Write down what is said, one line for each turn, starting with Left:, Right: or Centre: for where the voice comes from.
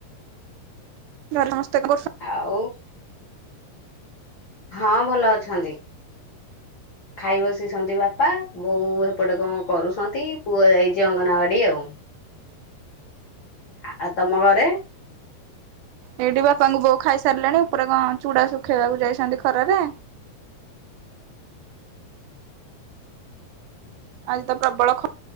Right: ଘରେ ସମସ୍ତେ କଣ କ
Left: ଆଉ ହଁ ଭଲ ଅଛନ୍ତି? ଖାଇ ବସିଛନ୍ତି ବାପା, ବୋଉ ଏପଟେ କଣ କରୁଛନ୍ତି ପୁଅ ଯାଇଚି ଅଙ୍ଗନବାଡ଼ି ଆଉ। ଆଉ ତମ ଘରେ?
Right: ଏଇଠି ବାପାଙ୍କୁ ବୋଉ ଖାଇସାରିଲେଣି ଉପରେ କଣ ଚୁଡା ଶୁଖେଇବାକୁ ଯାଇଚନ୍ତି ଖରାରେ। ଆଜିତ ପ୍ରବଳ ଖ